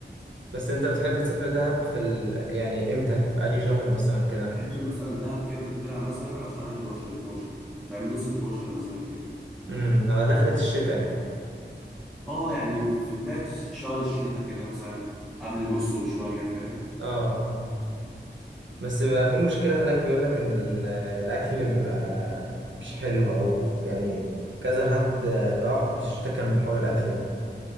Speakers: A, on the right; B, in the centre.
A: بس انت بتحب تسافر دهب في ال... يعني امتى في انهي شهر مثلا كده
B: بحب مثلا دهب كده تطلع مثلا على شهر 11 12 فاهم نص 12 مثلا كده
A: امم على دخلة الشتاء يعني
B: اه يعني في بداية شهر الشتاء كده مثلا قبل نصه بشوية فاهم
A: اه بس بيبقى في مشكلة هناك بيقولك إن ال- الأكل اللي بيبقى مش حلو أو يعني كذا حد راح واشتكى من حوار الأكل ده